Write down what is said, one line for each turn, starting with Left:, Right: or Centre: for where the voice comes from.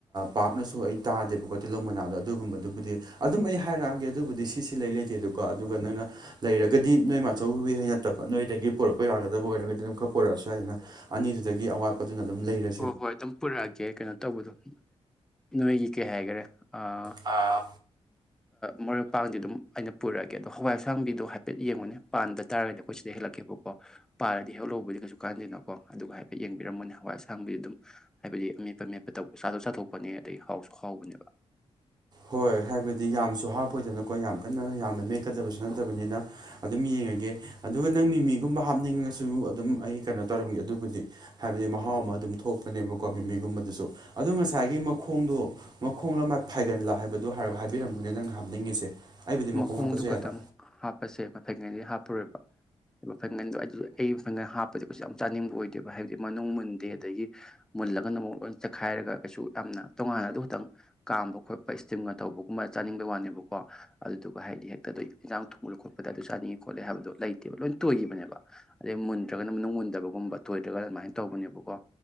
Right: ꯄꯥꯛꯅꯁꯨ ꯑꯩ ꯇꯥꯗꯦꯕꯀꯣ ꯇꯤꯜꯍꯧ ꯃꯅꯥꯗꯣ ꯑꯗꯨꯒꯨꯝꯕꯗꯨꯕꯨꯗꯤ ꯑꯗꯨꯝ ꯑꯩ ꯍꯥꯏꯔꯛꯑꯒꯦ ꯑꯗꯨꯕꯨꯗꯤ ꯁꯤꯁꯤ ꯂꯩ ꯂꯩꯇꯦ ꯑꯗꯨ ꯀꯣ ꯑꯗꯨꯒ ꯅꯪꯅ ꯂꯩꯔꯒꯗꯤ ꯅꯣꯏ ꯃꯆꯧꯕꯤ ꯍꯩ ꯅꯠꯇꯕ ꯅꯣꯏꯗꯒꯤ ꯄꯨꯣꯔꯛꯄ ꯌꯥꯒꯗꯕ ꯑꯣꯏꯔꯒꯗꯤ ꯑꯗꯨꯝ ꯈꯔ ꯄꯣꯔꯛꯑꯁꯨ ꯌꯥꯏꯗꯅ ꯑꯅꯤꯗꯨꯗꯒꯤ ꯑꯋꯥꯠꯄ ꯑꯗꯨꯅ ꯑꯗꯨꯝ ꯂꯩꯔꯒ
Centre: ꯑꯣ ꯍꯣꯏ ꯑꯗꯨꯝ ꯄꯨꯔꯛꯑꯒꯦ ꯀꯩꯅꯣ ꯇꯧꯕꯗꯣ ꯅꯣꯏꯒꯤ ꯀꯩ ꯍꯥꯏꯒꯦꯔꯥ ꯑꯥ
Right: ꯑꯥ
Centre: ꯃꯔꯣꯏ ꯃꯄꯥꯡꯗꯤ ꯑꯗꯨꯝ ꯑꯩꯅ ꯄꯨꯔꯛꯑꯒꯦ ꯑꯗꯣ ꯍꯋꯥꯏ ꯑꯁꯥꯕꯤꯗꯣ ꯍꯥꯏꯐꯦꯠ ꯌꯦꯡꯉꯨꯅꯦ ꯄꯥꯟꯕ ꯇꯥꯔꯒꯗꯤ ꯑꯩꯈꯣꯏ ꯁꯤꯗꯩ ꯍꯦꯜꯂꯛꯀꯦꯕꯀꯣ ꯄꯥꯜꯂꯗꯤ ꯍꯦꯍꯜ ꯂꯧꯕꯗꯤ ꯀꯩꯁꯨ ꯀꯥꯟꯗꯅꯀꯣ ꯑꯗꯨꯒ ꯍꯥꯏꯐꯦꯠ ꯌꯦꯡꯕꯤꯔꯝꯃꯣꯅꯦ ꯍꯋꯥꯏ ꯑꯁꯥꯡꯕꯤꯗꯤ ꯑꯗꯨꯝ ꯍꯥꯏꯕꯗꯤ ꯑꯃꯦꯠꯄ ꯃꯦꯠꯄ ꯇꯧꯕ ꯆꯥꯗꯣꯛ ꯆꯥꯊꯣꯛꯄꯅꯦ ꯑꯗꯩ ꯍꯥꯎꯁꯨ ꯍꯥꯎꯕꯅꯦꯕ
Right: ꯍꯣꯏ ꯍꯥꯏꯕꯗꯤ ꯌꯥꯝꯁꯨ ꯍꯥꯞꯄꯣꯏꯗꯕꯅꯀꯣ ꯌꯥꯝ ꯀꯟꯅ ꯌꯥꯝꯅ ꯃꯦꯛꯀꯗꯕꯁꯨ ꯅꯠꯇꯕꯅꯤꯅ ꯑꯗꯨꯝ ꯌꯦꯡꯉꯒꯦ ꯑꯗꯨꯒ ꯅꯪ ꯃꯤꯃꯤꯒꯨꯝꯕ ꯍꯥꯞꯅꯤꯡꯉꯒꯁꯨ ꯑꯗꯨꯝ ꯑꯩ ꯀꯩꯅꯣ ꯇꯧꯔꯝꯒꯦ ꯑꯗꯨꯕꯨꯗꯤ ꯍꯥꯏꯕꯗꯤ ꯃꯍꯥꯎ ꯑꯃ ꯑꯗꯨꯝ ꯊꯣꯛꯄꯅꯦꯕꯀꯣ ꯃꯤꯃꯤ ꯑꯗꯨꯨꯝꯕꯗꯨꯁꯨ ꯑꯗꯨ ꯉꯁꯥꯏꯒꯤ ꯃꯈꯣꯡꯗꯣ ꯃꯈꯣꯡꯂ ꯃꯥ ꯐꯥꯏꯒꯜꯂ ꯑꯗꯨ ꯍꯥꯏꯔꯞ ꯍꯥꯏꯕꯤꯔꯝꯃꯨꯅꯦ ꯅꯪꯅ ꯍꯥꯞꯅꯤꯡꯉꯤꯁꯦ ꯑꯩꯕꯨꯗꯤ ꯃꯈꯣꯡ
Centre: ꯃꯈꯣꯡꯗꯨ
Right: ꯍꯥꯞꯄꯁꯨ ꯌꯥꯏꯕ
Centre: ꯈꯛꯇꯪ ꯍꯥꯞꯄꯁꯦ ꯃꯇꯪꯉꯩꯗꯤ ꯍꯥꯞꯄꯔꯣꯏꯕ <unintelligible> ꯑꯩ ꯐꯪꯒꯟ ꯍꯥꯞꯄꯗꯤ ꯀꯩꯁꯨ ꯌꯥꯝ ꯆꯥꯅꯤꯡꯕ ꯑꯣꯏꯗꯦꯕ ꯍꯥꯏꯕꯗꯤ ꯃꯅꯨꯡ ꯃꯨꯟꯗꯦ ꯑꯗꯒꯤ ꯃꯨꯜꯂꯒꯅ ꯑꯃꯨꯛ ꯂꯣꯏ ꯆꯠꯈꯥꯏꯔꯒ ꯀꯩꯁꯨ ꯌꯥꯝꯅ ꯇꯣꯉꯥꯟꯅ ꯑꯗꯨ ꯈꯛꯇꯪ ꯀꯥꯝꯕ ꯈꯣꯠꯄ ꯏꯁꯇꯤꯝꯒ ꯇꯧꯕꯒꯨꯝꯕ ꯆꯥꯅꯤꯡꯕꯩ ꯋꯥꯅꯦꯕꯀꯣ ꯑꯗꯨꯗꯨꯒ ꯍꯥꯏꯗꯤ ꯍꯦꯛꯇ ꯑꯗꯨ ꯏꯟꯖꯥꯡ ꯊꯣꯡꯕꯒ ꯈꯣꯠꯄꯗ ꯑꯗꯨ ꯆꯥꯅꯤꯡꯉꯦ ꯈꯣꯠꯂꯦ ꯍꯥꯏꯕꯗꯣ ꯂꯩꯇꯦꯕ ꯂꯣꯏꯅ ꯇꯣꯏꯒꯤꯕꯅꯦꯕ ꯑꯗꯩ ꯃꯨꯟꯗ꯭ꯔꯒꯅ ꯃꯅꯨꯡ ꯃꯨꯟꯗꯕꯒꯨꯝꯕ ꯇꯣꯏꯗ꯭ꯔꯥꯒꯅ ꯑꯗꯨꯃꯥꯏꯅ ꯇꯧꯕꯅꯦꯕꯀꯣ